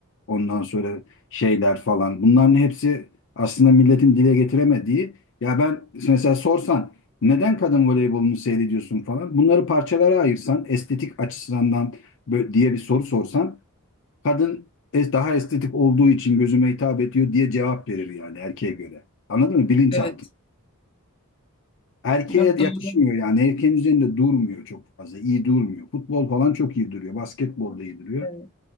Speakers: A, on the left; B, on the left.
A: ondan sonra şeyler falan bunların hepsi aslında milletin dile getiremediği ya ben mesela sorsan neden kadın voleybolunu seyrediyorsun falan bunları parçalara ayırsan estetik açısından bö- diye bir soru sorsan kadın es- daha estetik olduğu için gözüme hitap ediyor diye cevap verir yani erkeğe göre anladın mı bilinçaltı
B: evet.
A: erkeğe
B: Yok
A: yakışmıyor
B: doğru.
A: yani erkeğin üzerinde durmuyor çok fazla iyi durmuyor futbol falan çok iyi duruyor basketbol da iyi duruyor
B: Evet.